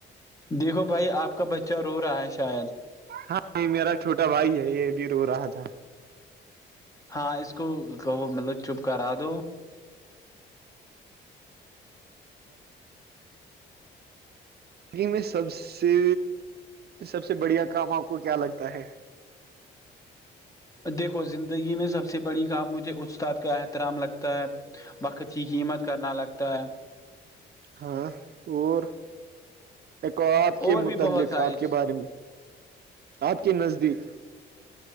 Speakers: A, on the left; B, on the right.
A: دیکھو بھائی آپ کا بچہ رو رہا ہے شاید
B: ہاں میرا چھوٹا بھائی ہے یہ بھی رو رہا تھا
A: ہاں اس کو کہو مطلب چپ کرا دو
B: انی میں سب سے سب سے بڑھیا کام آپ کو کیا لگتا ہے
A: دیکھو زندگی میں سب سے بڑی کام مجھے استاد کا احترام لگتا ہے وقت کی قیمت کرنا لگتا ہے
B: ہاں اور ایکو آپ کے
A: اور بھی
B: متعلق
A: بہت ساری
B: آپ کے بارے میں آپ کے نزدیک